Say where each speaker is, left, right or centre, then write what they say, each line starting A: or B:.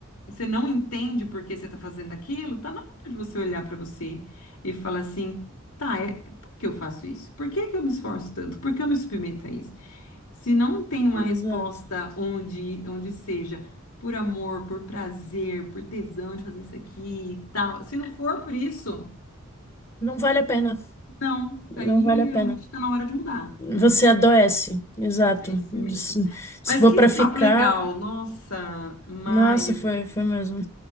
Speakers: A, on the left; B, on the left.
A: você não entende por que você está fazendo aquilo, tá na hora de você olhar para você e falar assim, tá, é, por que eu faço isso? Por que que eu me esforço tanto? Por que eu me submeto a isso? Se não tem uma
B: exato.
A: resposta onde, onde seja por amor, por prazer, por tesão de fazer isso aqui e tal, se não for por isso,
B: Não vale a pena.
A: não,
B: Não
A: daí
B: vale a
A: realmente
B: pena.
A: está na hora de mudar, né?
B: Você adoece, exato.
A: É isso mesmo.
B: Se, se
A: Mas
B: for
A: que
B: pra ficar,
A: papo legal, nossa, Maia.
B: nossa, foi, foi mesmo.